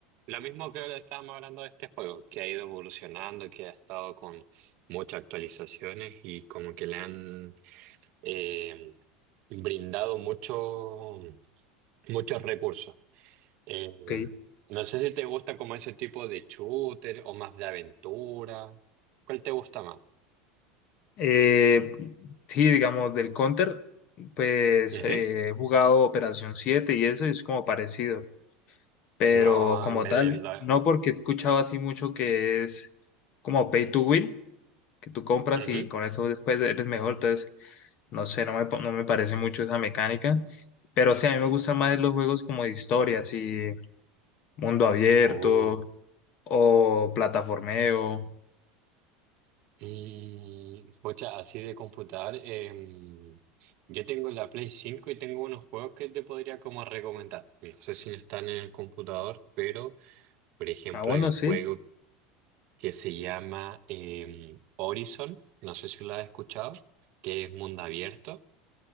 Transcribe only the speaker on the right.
lo mismo que estábamos hablando de este juego, que ha ido evolucionando, que ha estado con muchas actualizaciones y como que le han eh, brindado mucho, muchos recursos. Eh,
no sé si te gusta como ese tipo de shooter o más de aventura. ¿Cuál te gusta más?
Ujú.
No,
me
de la-
me-
ujú.
Uh.
Mm, pucha, así de computador. em, yo tengo la Play cinco y tengo unos juegos que te podría como recomendar. No sé si están en el computador, pero por ejemplo
hay un
juego que se llama em, Horizon. No sé si lo has escuchado, que es mundo abierto.